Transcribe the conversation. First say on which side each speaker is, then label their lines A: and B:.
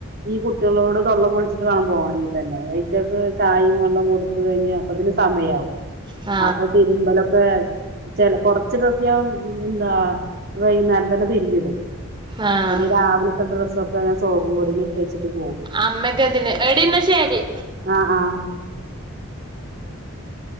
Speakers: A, on the right; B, on the right.
A: ഈ കുട്ടെളോട് തൊള്ള പൊൾ ച്ച്ട്ട് വാണം പോകണങ്കി തന്നെ അയിറ്റക്ക് ചായും വെള്ളം കൊട്ത്ത്. കഴിഞ്ഞ് അപ്പത്തിന് സമയാവും
B: ആ
A: അപ്പൊ തിരുമ്പലൊക്കെ ചെല കൊറച്ച് ഡ്രസ്സ് ഞാൻ എന്താ വൈയ്ന്നേരം തന്നെ തിര്മ്പിടും
B: ആഹ്
A: പിന്നെ രാവിൽത്തെ ഡ്രസ്സൊക്കെ ഞാൻ സോപ്പും പൊടിൽ ഇ ട്ടെച്ചിട്ട് പോവും
B: അമ്മക്കെന്തിന് എടി എന്നാ ശരി
A: ആ ആ <inaudible>